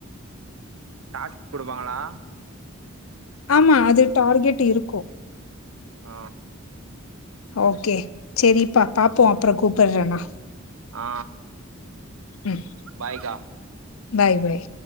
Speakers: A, on the right (about 80°); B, on the left (about 75°).
A: டாஸ்க் குடுப்பாங்களா
B: ஆமா அது டார்கெட் இருக்கு
A: ஆ
B: ஓகே சரிப்பி பாப்போ அப்பற கூப்படற நா
A: ஆ
B: ம்.
A: பாய்கா
B: பாய் பய்